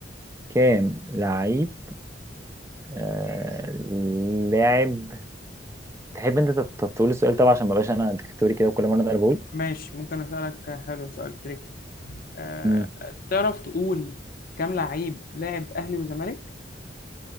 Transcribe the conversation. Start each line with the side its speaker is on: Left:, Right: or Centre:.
Right: كام لعيب آه لاعب تحب انت تت- تقول السؤال طبعا عشان ما بقاش انا ديكتاتوري كده وكل مره انا بقول
Left: ماشي ممكن أسألك حلو سؤال تريكي أه
Right: امم
Left: تعرف تقول كام لعيب لاعب أهلي وزمالك؟